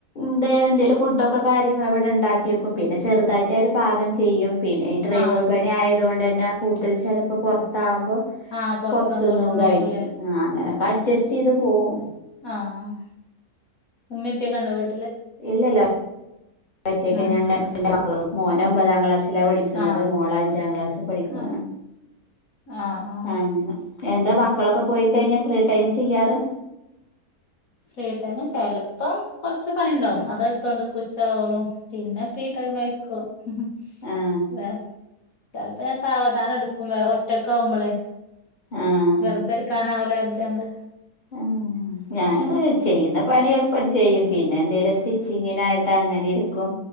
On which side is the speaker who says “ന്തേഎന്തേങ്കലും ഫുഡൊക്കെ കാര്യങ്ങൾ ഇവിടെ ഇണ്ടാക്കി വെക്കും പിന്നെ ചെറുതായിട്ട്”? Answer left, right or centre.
Left